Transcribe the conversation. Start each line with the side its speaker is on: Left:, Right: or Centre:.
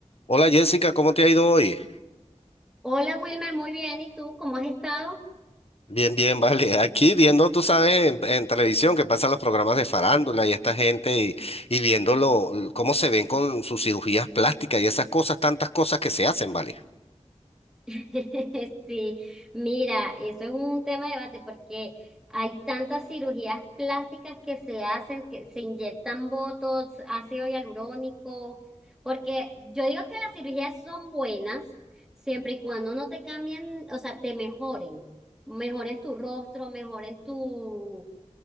Left: Hola Jessica, ¿cómo te ha ido hoy?
Centre: Hola Wilmer, muy bien. ¿Y tú cómo has estado?
Left: Bien, bien, vale. <laughs> Aquí viendo, tú sabes, en, en televisión que pasan los programas de farándula y esta gente y, y viendo lo- cómo se ven con sus cirugías plásticas y esas cosas, tantas cosas que se hacen, ¿vale?
Centre: <laughs> Sí, mira, eso es un tema de debate porque hay tantas cirugías plásticas que se hacen, que se inyectan botox, ácido hialurónico, porque yo digo que las cirugías son buenas siempre y cuando no te cambien, o sea, te mejoren, mejoren tu rostro, mejoren tu